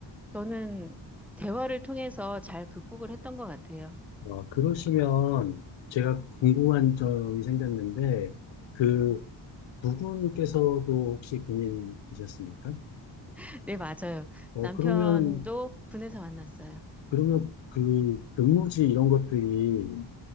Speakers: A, in the centre; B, on the left.
A: 저는 대화를 통해서 잘 극복을 했던 것 같아요.
B: 어, 그러시면 제가 궁금한 점이 생겼는데, 그 부부께서도 혹시 군인이셨습니까?
A: <laughs> 네, 맞아요.
B: 어,
A: 남편도
B: 그러면,
A: 군에서 만났어요.
B: 그러면 그 근무지 이런 것들이